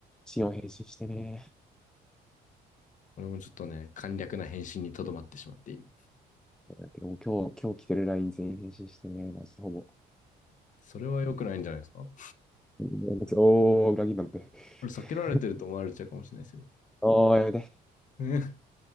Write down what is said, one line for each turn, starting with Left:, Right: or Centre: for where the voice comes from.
Centre: シーンを返信してね。
Left: 俺もちょっとね、簡略な返信にとどまってしまっている。
Centre: だけどもう今日、今日来てる LINE 全員返信してね。マジでほぼ。
Left: それは良くないんじゃないですかこ
Centre: うんおー、裏切りなんて。
Left: れ避けられてると思われちゃうかもしれないですよ。
Centre: <laughs> おー、やめて。
Left: <laughs>